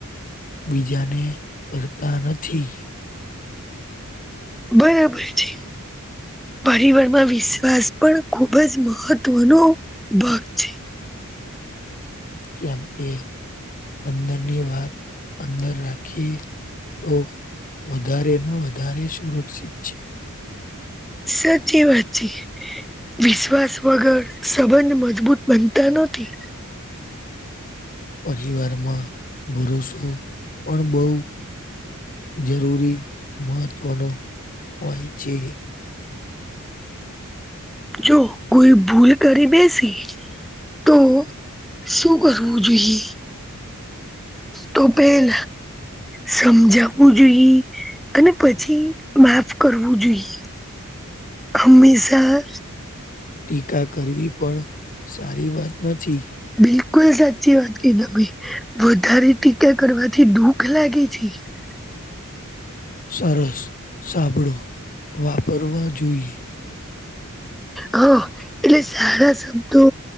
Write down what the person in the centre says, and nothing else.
બરાબર છે પરિવારમાં વિશ્વાસ પણ ખુબ જ મહત્વનો ભાગ છે
સાચી વાત છે વિશ્વાસ વગર સંબંધ મજબૂત બનતા નથી
જો કોઈ ભૂલ કરી બેસી તો શું કરવું જોઈએ? તો પેલ સમજાવવું જોઈએ અને પછી માફ કરવું જોઈએ હંમેશા
બિલકુલ સાચી વાત તમે વધારે ટીકા કરવાથી દુઃખ લાગે છે. <unintelligible>
હા એટલે સારા શબ્દો